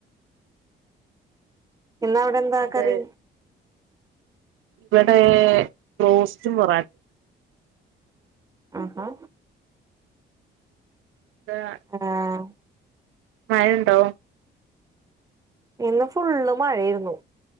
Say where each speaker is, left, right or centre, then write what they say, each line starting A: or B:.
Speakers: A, on the right; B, on the right.
A: ഇന്ന് അവിടെ എന്താ
B: അത്
A: കറി
B: ഇവിടെ ബ്രോസ്റ്റും പോറട്ടിം
A: ആഹാ
B: എന്ത
A: ആഹ്
B: മഴ ഉണ്ടോ
A: ഇന്ന് ഫുള്ള് മഴയായിരുന്നു